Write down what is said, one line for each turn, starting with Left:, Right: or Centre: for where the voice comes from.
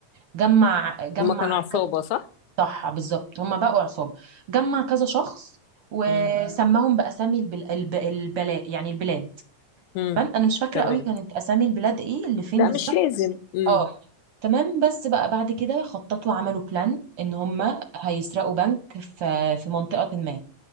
Right: جمع جمع
Left: هما كانوا عصابة
Right: ك-
Left: صح
Right: صح بالظبط هم بقوا عصابه جمع كذا شخص وسماهم
Left: امم
Right: باسامي البل... الب... البلا... يعني البلاد
Left: امم
Right: تمام انا مش فاكره
Left: تمام
Right: قوي كانت اسامي البلاد ايه اللي فين
Left: لا
Right: بالظبط
Left: مش لازم امم
Right: اه تمام بس بقى بعد كده خططوا عملوا بلان ان هم هيسرقوا بنك في في منطقه ما